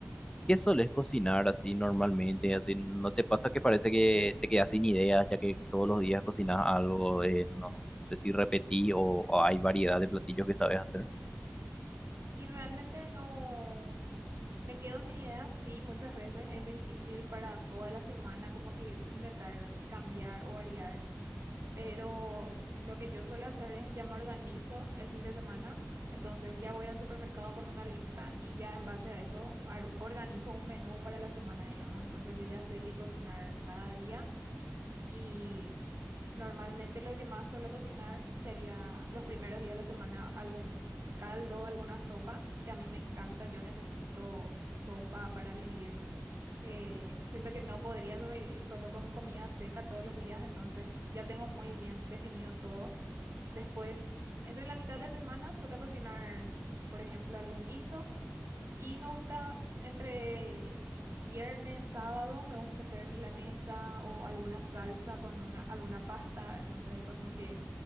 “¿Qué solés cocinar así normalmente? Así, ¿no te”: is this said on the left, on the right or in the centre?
Left